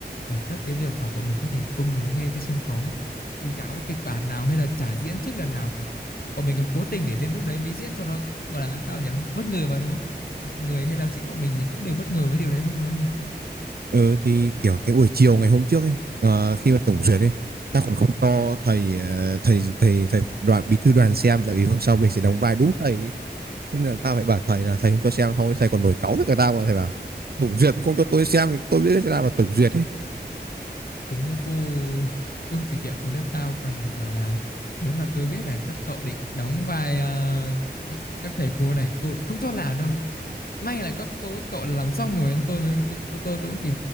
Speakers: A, on the left; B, on the right.
A: bản chất cái việc mà bọn mình có thể tung hứng nghe trên sân khấu dù chả có kịch bản nào hay là chả diễn trước lần nào cả bọn mình còn cố tình để đến lúc đấy mới diễn cho nó gọi là sao nhỉ bất ngờ mà đúng không mọi người hay là chính bọn mình thì cũng đều bất ngờ với điều đấy mà thôi
B: Ừ thì kiểu cái buổi chiều ngày hôm trước ấy ờ, khi mà tổng duyệt ấy ta còn không cho thầy ờ, thầy thầy thầy đoàn bí thư đoàn xem tại vì hôm sau mình sẽ đóng vai đúng thầy ấy. Thế nên là tao phải bảo thầy là thầy không cho xem không thầy còn nổi cáu với cả tao mà thầy bảo tổng duyệt không cho tôi xem thì tôi biết thế nào là tổng duyệt ấy
A: tính như cô cô chủ nhiệm của lớp tao còn bảo là nếu mà tôi biết là các cậu định đóng vai ờ, các các thầy cô này tôi không cho làm đâu may là các cô các cậu làm xong rồi tôi mới tôi, tôi, tôi cũng chỉ